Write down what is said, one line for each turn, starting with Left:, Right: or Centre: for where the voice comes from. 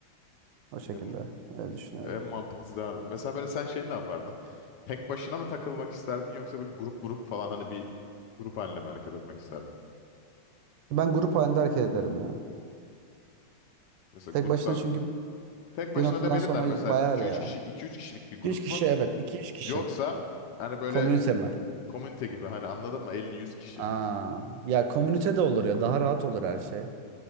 Right: O şekilde
Left: En
Right: öyle düşünüyorum.
Left: En mantıklısı da, Mesela böyle sen şey ne yapardın? Tek başına mı takılmak isterdin yoksa böyle grup grup falan hani bir grup halinde mi hareket etmek isterdin?
Right: Ben grup halinde hareket ederim ya.
Left: Mesela
Right: Tek
Left: gruptan
Right: başına çünkü
Left: tek başına
Right: Bir noktadan
Left: demeyelim
Right: sonra
Left: de hani mesela
Right: bayar
Left: iki
Right: ya.
Left: üç kişi iki üç kişilik bir grup
Right: 2-3 kişi
Left: mu?
Right: evet. 2-3 kişi.
Left: Yoksa hani böyle
Right: Komünite mi?
Left: komünite gibi hani anladın mı Elli yüz kişi.
Right: Aa, ya komünite de olur ya. Daha rahat olur her şey.